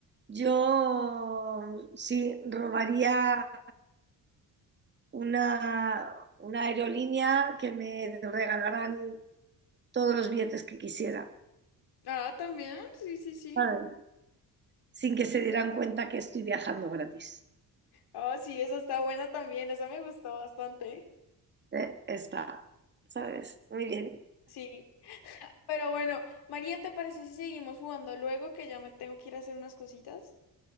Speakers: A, on the right; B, on the left.
A: yo sí robaría una, una aerolínea que me regalaran todos los billetes que quisiera,
B: Ah, también, sí, sí, sí.
A: ¿sabes? Sin que se dieran cuenta que estoy viajando gratis.
B: Ah, sí, esa está buena también, esa me gustó bastante.
A: Eh, Está, ¿sabes? Muy bien.
B: Sí. Pero bueno, María, ¿te parece si seguimos jugando luego que ya me tengo que ir a hacer unas cositas?